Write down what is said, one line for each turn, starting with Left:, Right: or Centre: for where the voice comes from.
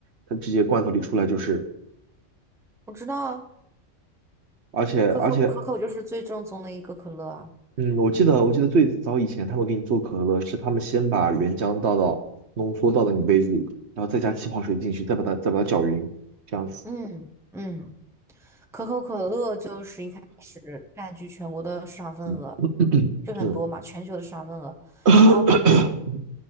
Right: 它直接罐头里出来就是，
Centre: 我知道啊，
Right: 而且而且，
Centre: 可口可口就是最正宗的一个可乐啊，
Right: 嗯，我记得我记得最早以前他们给你做可乐是他们先把原浆倒到浓缩倒到你杯子里，然后再加气泡水进去，再把它再把它搅匀，这样子。
Centre: 嗯嗯，可口可乐就是一开始占据全国的市场份额，
Right: 嗯。<clears throat>
Centre: 就很多嘛，
Right: 是
Centre: 全球的市场份额，
Right: <coughs>
Centre: 然后把